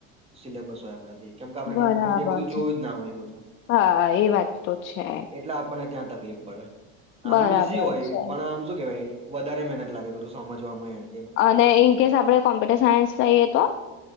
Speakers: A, on the right (about 20°); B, on the left (about 40°).
A: સિલેબસ હોય આપડા થી કેમ કે આપણે
B: બરાબર
A: નાનપણથી એ બધું જોયું
B: છે
A: જ ના હોય એ બધું
B: હા એ વાત તો છે
A: એટલા આપણને ત્યાં તકલીફ. પડે.
B: બરાબર
A: આમ ઈઝી હોય
B: છે
A: પણ આમ. વધારે મહેનત લાગે થોડું સમજવાવામાં એને.
B: અને ઇનકેસ આપડે કોમ્પ્યુટર સાયન્સ લઈએ તો.